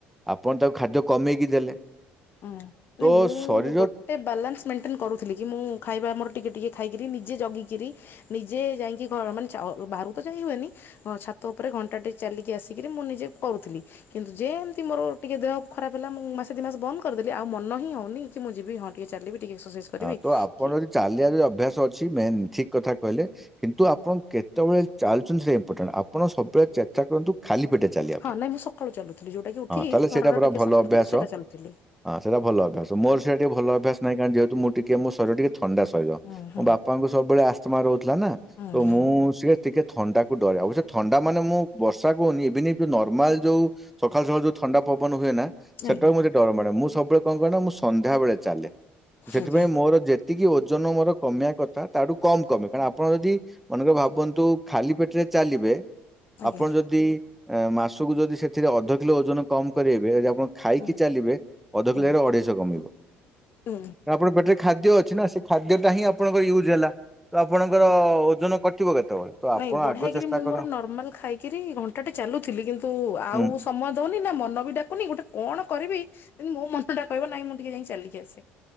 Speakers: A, in the centre; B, on the left (about 55°).
A: ଆପଣ ତାକୁ ଖାଦ୍ୟ କମେଇକି ଦେଲେ।
B: ହୁଁ
A: ତ
B: ନାଇଁ ମୁଁ
A: ଶରୀର
B: ଗୋଟ ଟେ ବାଲାନ୍ସ ମେଣ୍ଟେନ୍ କରୁଥିଲି କି ମୁଁ ଖାଇବା ଆମର ଟିକିଏ ଟିକିଏ ଖାଇକିରି ନିଜେ ଜଗିକିରି ନିଜେ ଯାଇକି ଘର ମାନେ ଚାଉଓ ବାହାରକୁ ତ ଯାଇ ହୁଏନି ହଁ ଛାତ ଉପରେ ଘଣ୍ଟାଟେ ଚାଲିକି ଆସିକିରି ମୁଁ ନିଜେ କରୁଥିଲି। କିନ୍ତୁ ଯେମିତି ମୋର ଟିକେ ଦେହ ଖରାପ ହେଲା ମୁଁ ମାସେ ଦିଇ ମାସ ବନ୍ଦ କରିଦେଲି ଆଉ ମନ ମନହିଁ ହଉନିକି ମୁଁ ଯିବି ହଁ ଟିକେ ଚାଲିବି ଟିକେ ଏକ୍ସରସାଇଜ କରିବି
A: ହଁ ତୋ ଆପଣଙ୍କ
B: କି
A: ଯିଦି ଚାଲିିବା ଯ ଅଭ୍ୟାସ ଅଛି ମେନ ଠିକ କଥା କହିଲେ କିନ୍ତୁ ଆପଣ କେତେବେଳେ ଚାଲୁଛନ୍ତି ସେ ଇମ୍ପୋର୍ଟାଣ୍ଟ, ଆପଣ ସବୁବେଳେ ଚେଷ୍ଟା କରନ୍ତୁ ଖାଲି ପେଟରେ ଚାଲିବା
B: ହଁ
A: ପାଇଁ,
B: ନାଇଁ ମୁଁ ସକାଳୁ ଚାଲୁଥିଲି ଯୋଉଟା କି ଉଠିକି
A: ହଁ ତାହେଲେ ସେଇଟା
B: ଘରର
A: ପୁରା
B: ଟିକେ
A: ଭଲ
B: ସମୟ
A: ଅଭ୍ୟାସ।
B: ଦେଇ ସେଟା ଚାଲୁଥିଲି
A: ହଁ ସେଟା ଭଲ ଅଭ୍ୟାସ। ମୋର ସେଇଟା ଟିକେ ଭଲ ଅଭ୍ୟାସ ନାହିଁ କାରଣ ଯେହେତୁ ମୁଁ ଟିକେ ମୋ ଶରୀର ଟିକେ ଥଣ୍ଡା ଶରୀର।
B: ହୁଁ ହୁଁ
A: ମୋ ବାପାଙ୍କୁ ସବୁବେଳେ ଆସ୍ମା ରହୁଥିଲା ନା,
B: ହୁଁ
A: ତୋ ମୁଁ
B: ହୁଁ
A: ସିଏ ଟିକେ ଥଣ୍ଡାକୁ ଡରେ। ଅବଶ୍ୟ ଥଣ୍ଡା ମାନେ ମୁଁ ବର୍ଷାକୁ ଇଭିନିବି ନର୍ମାଲ ଯୋଉ ସକାଳୁ ସକାଳୁ ଯୋଉ ଥଣ୍ଡା ପବନ ହୁଏ ନା, ସେଟାକୁ
B: ଆଜ୍ଞା
A: ମୋତେ ଡର ମାଡ଼େ। ମୁଁ ସବୁବେଳେ କଣ କରେ ନା ମୁଁ ସନ୍ଧ୍ୟାବେଳେ ଚାଲେ। ସେଥିପାଇଁ
B: ଆଜ୍ଞା
A: ମୋର ଯେତିକି ଓଜନ ମୋର କମେଇ କଥା ତାଠୁ କମ କମେ। କାରଣ ଆପଣ ଯଦି ମନେକର ଭାବନ୍ତୁ ଖାଲି ପେଟରେ ଚାଲିବେ
B: ଆଜ୍ଞା
A: ଆପଣ ଯଦି ଏ ମାସକୁ ଯଦି ସେଥିରେ ଅଧ କିଲୋ ଓଜନ କମ କରେଇବେ ଏଯ ଆପଣ ଖାଇକି
B: ହୁଁ
A: ଚାଲିବେ, ଅଧ
B: ହୁଁ
A: କିଲୋ ଜାଗାରେ ଅଢେଇଶହ କମିବ।
B: ହୁଁ।
A: ଆପଣଙ୍କ ପେଟରେ ଖାଦ୍ୟ ଅଛି ନା, ସେ ଖାଦ୍ୟଟା ହିଁ ଆପଣଙ୍କର ୟୁଜ୍ ହେଲା। ତ ଆପଣଙ୍କର
B: ଆଜ୍ଞା
A: ଓଜନ କଟ ଟିବ କେତେବେଳେ? ତ ଆପଣ
B: ନାଇଁ ବଢିଆକିରି
A: ଆଗ ଚେଷ୍ଟା
B: ମୁଁ
A: କର
B: ମୋର ନର୍ମାଲ ଖାଇକିରି ଘଣ୍ଟାଟେ ଚାଲୁଥିଲି, କିନ୍ତୁ ଆଉ
A: ହୁଁ
B: ସମୟ ଦଉନି, ନା ମନ ବି ଡାକୁନି, ଗୋଟେ କଣ କରିବି କିନ୍ତୁ ମୋ ମନଟା କହିବ ନାଇଁ ମୁଁ ଟିକେ ଯାଇଁ ଚାଲିକି ଆସେ।